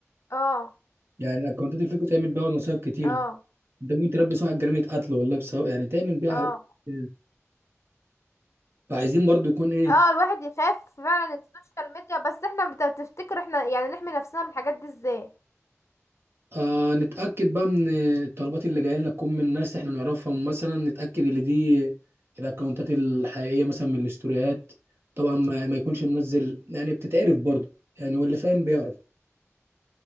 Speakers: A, on the left (about 65°); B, on the right (about 50°).
A: اه
B: يعني الاكونتات الفيك بتعمل بيها نصايب كتيره
A: اه
B: انت ممكن تلبس واحد جريمه قتل والله بسبب يعني تعمل بيها
A: اه
B: حاجات كتير. فعايزين برضو يكون ايه
A: اه الواحد يخاف فعلا السوشيال ميديا بس احنا بت- تفتكر احنا يعني نحمي نفسنا من الحاجات دي ازاي
B: آه نتاكد بقى من الطلبات اللي جايه لنا تكون من ناس احنا نعرفهم مثلا نتاكد ان دي الاكونتات الحقيقيه مثلا من الاستوريات طبعا ما, ما يكونش منزل يعني بتتعرف برضو يعني واللي فاهم بيعرف